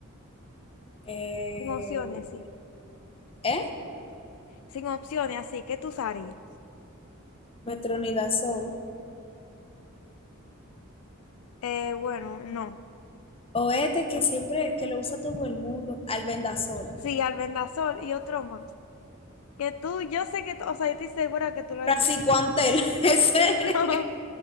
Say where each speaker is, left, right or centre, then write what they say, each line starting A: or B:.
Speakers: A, on the left; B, on the left.
A: Eh,
B: Sin opciones así.
A: ¿eh?
B: Sin opciones así, ¿qué tú usarías?
A: Metronidazol.
B: Eh, bueno, no.
A: O este que siempre, que lo usa todo el mundo. Albendazol.
B: Sí, albendazol y otro más. Que tú, yo sé que, tú- o sea, yo estoy segura que tú lo escuchado.
A: Braxicoantel.
B: <laughs>
A: <laughs> Ese.
B: No,